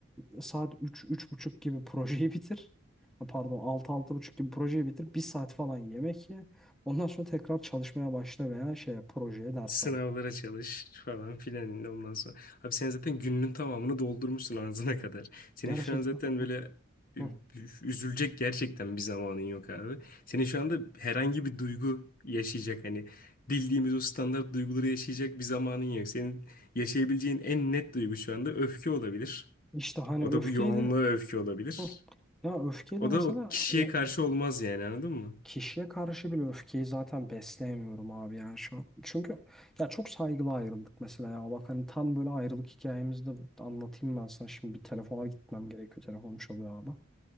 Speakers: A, in the centre; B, on the left (about 45°).
A: e, saat üç üç buçuk gibi projeyi <laughs> bitir. Ha, Pardon altı altı buçuk gibi projeyi bitir. Bir saat falan yemek ye. Ondan sonra tekrar çalışmaya başla veya şeye projeye derse
B: Sınavlara
A: bak.
B: çalış falan filan. Ondan sonra. Abi sen zaten gününün tamamını doldurmuşsun ağzına kadar. Senin
A: Gerçekten
B: şu an zaten
A: hani,
B: böyle ü-
A: hı.
B: üzülecek gerçekten bir zamanın yok abi. Senin şu anda herhangi bir duygu yaşayacak hani bildiğimiz o standart duyguları yaşayacak bir zamanın yok. Senin yaşayabileceğin en net duygu şu anda öfke olabilir.
A: işte hani
B: O
A: öfkeyle
B: da bu yoğunluğa öfke olabilir.
A: hı. ya öfkeyle
B: O
A: mesela
B: da o kişiye
A: o
B: karşı olmaz yani anladın mı?
A: kişiye karşı bile öfkeyi zaten besleyemiyorum abi yani şu an. Çünkü ya çok saygılı ayrıldık mesela ya. Bak hani tam böyle ayrılık hikayemizi de anlatayım ben sana. Şimdi bir telefona gitmem gerekiyor. Telefonum çalıyor abi.